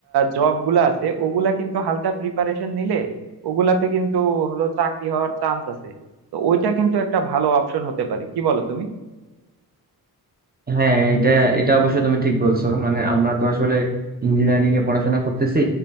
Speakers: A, on the right; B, on the right.
A: জব গুলা আছে ওগুলা কিন্তু হালকা প্রিপারেশন নিলে ওগুলাতে কিন্তু হলো চাকরি হওয়ার চান্স আছে তো ওইটা কিন্তু একটা ভালো অপশন হতে পারে কি বলো তুমি
B: হ্যাঁ এটা এটা অবশ্য তুমি ঠিক বলছো মানে আমরা তো আসলে ইঞ্জিনিয়ারিং এ পড়াশোনা করতেছি